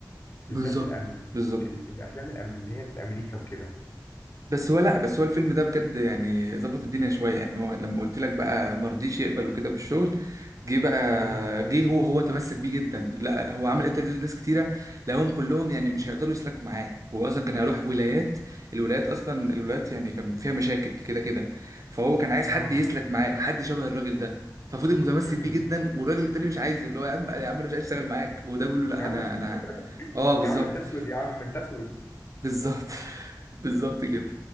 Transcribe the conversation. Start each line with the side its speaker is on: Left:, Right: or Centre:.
Left: بالذات
Right: بالظبط
Left: الأمريكي
Right: بالظبط
Left: الافلام الأم- اللي هي الامريكا وكده
Right: بس هو لا بس هو الفيلم ده بجد يعني ظبط الدنيا شويه يعني هو لما قلت لك بقى مرضيش يقبل وكده بالشغل جه بقى
Left: امم
Right: جه هو هو تمسك بيه جدا لا هو عمل انترفيوز لناس كتيره لقاهم كلهم يعني مش هيقدروا يسلكوا معاه هو اصلا كان هيروح ولايات الولايات اصلا الولايات يعني كان فيها مشاكل كده كده فهو كان عايز حد
Left: اه
Right: يسلك معاه حد شبه الراجل ده ففضل متمسك
Left: امم
Right: بيه جدا والراجل التاني مش عايزه اللي هو يا عم يا عم انا مش عايز اشتغل معاك وده بيقول له لا
Left: يا عم
Right: انا انا
Left: <laughs>
Right: اه بالظبط
Left: يا عم انت اسود يا عم انت اسود
Right: بالظبط <laughs> بالظبط كده